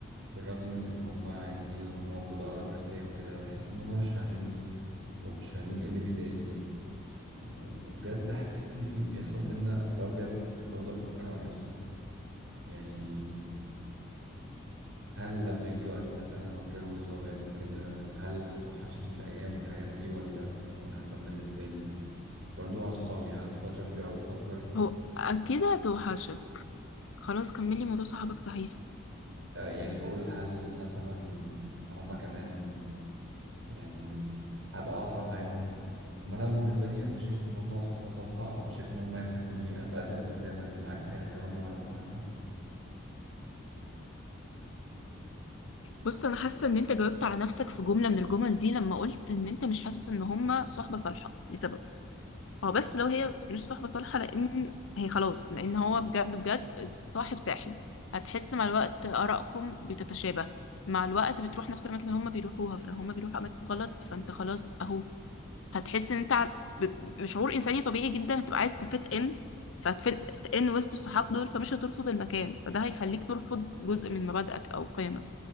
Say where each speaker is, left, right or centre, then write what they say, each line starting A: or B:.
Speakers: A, on the right; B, on the left.
A: بالرغم من ان هم عيلتي وان هم المفروض اقرب ناس ليا وكده بحس ان هم مش فاهميني ومش فاهمين ايه اللي بيضايقني وبجد حسيت ان في بيحصل بينا لو بجد بفضل افكر مع نفسي يعني هل لما يجي وقت مثلا واتجوز وابعد وكده هل هتوحشني الايام والحاجات دي ولا هيكون احسن بالنسبه لي برضو مع اصحابي قعدت فتره كبيره قوي بفكر
B: هو اكيد هتوحشك خلاص كملي موضوع صحابك صحيح
A: آه يعني بقول هل مثلا هما كمان يعني هل اقطع معاهم إن انا بالنسبه لي مش شايف ان هما صحبه صالحه او مش شايف ان هما يخلوني اتقدم قدام بل بالعكس هيرجعوني ورا فاهمه
B: بص انا حاسه ان انت جاوبت على نفسك في جمله من الجمل دي لما قلت ان انت مش حاسس ان هما صحبه صالحه لسبب اه بس لو هي مش صحبة صالحة لأن هي خلاص لأن هو بجد بجد الصاحب ساحب هتحس مع الوقت آرائكم بتتشابه مع الوقت بتروح نفس الأماكن اللي هما بيروحوها فلو هما بيروحوا أماكن غلط فأنت خلاص أهو هتحس إن أنت ع- ب- بشعور إنساني طبيعي جدا هتبقى عايز تفت إن فتفت إن وسط الصحاب دول فمش هترفض المكان فده هيخليك ترفض جزء من مبادئك أو قيمك